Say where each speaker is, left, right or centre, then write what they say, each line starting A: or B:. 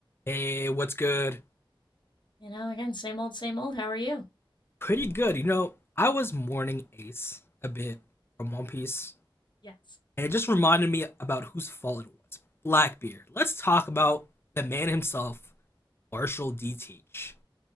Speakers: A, on the left (about 25°); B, on the left (about 55°).
A: Hey, what's good?
B: You know, again, same old, same old. How are you?
A: Pretty good. You know, I was mourning Ace a bit from One Piece,
B: Yes.
A: and it just reminded me about whose fault it was. Blackbeard. Let's talk about the man himself, Marshall D. Teach.